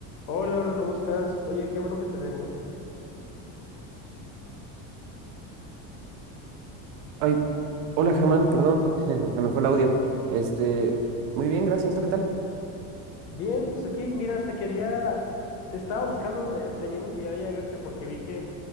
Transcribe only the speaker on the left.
Hola, Eduardo, ¿cómo estás? Oye, qué bueno que te veo, ¿eh?
Bien, pues aquí, mira, te quería, te estaba buscando, me, tenía necesidad ya de verte porque vi que,